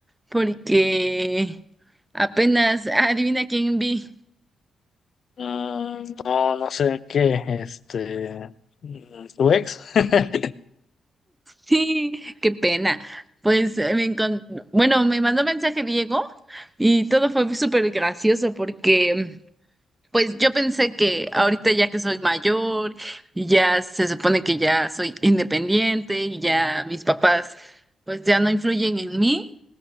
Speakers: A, on the right; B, on the left.
A: porque apenas, adivina quién vi.
B: Mm, no, no sé qué, este, mm, tu ex. <laughs>
A: Sí, qué pena. Pues eh, me encon- bueno, me mandó mensaje Diego y todo fue súper gracioso porque Pues yo pensé que ahorita ya que soy mayor y ya se supone que ya soy independiente y ya mis papás pues ya no influyen en mí.